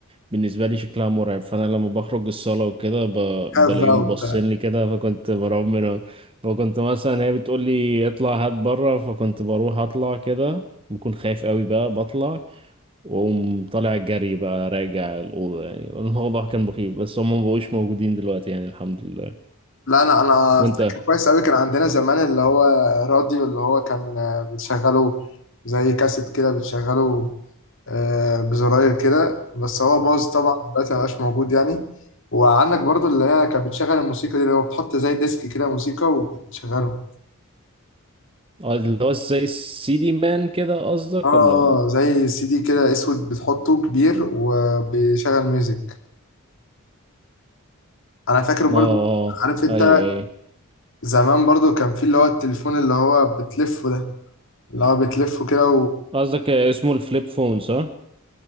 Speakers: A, on the right; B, on the left.
A: بالنسبه لي شكلها مرعب فانا لما بخرج الصاله وكده ب...
B: حاف
A: بلاقيهم
B: بقى وبتاع
A: باصين لي كده فكنت برعب منهم فكنت مثلا هي بتقول لي اطلع هات بره فكنت بروح اطلع كده بكون خايف قوي بقى بطلع واقوم طالع جري بقى راجع الأوضة يعني الموضوع كان مخيف بس هم مبقوش موجودين دلوقتي يعني الحمد لله
B: لا انا انا
A: وانت
B: فاكر كويس قوي كان عندنا زمان اللي هو راديو اللي هو كان آه، بتشغله زي كاسيت كده بتشغله آه، بزراير كده بس هو باظ طبعا دلوقتي ما بقاش موجود يعني وعندك برضو اللي هي كانت بتشغل الموسيقى دي اللي هو بتحط زي ديسك كده موسيقى وبتشغله
A: اه اللي هو زي السي دي مان كده قصدك
B: اه آه،
A: ولا
B: زي سي دي كده اسود بتحطه كبير وبيشغل ميوزك انا فاكر برضو
A: اه آه.
B: عارف انت
A: ايوه ايوه
B: زمان برضو كان في اللي هو التليفون اللي هو بتلفه ده اللي هو بتلفه كده
A: قصدك اسمه الفليب فون صح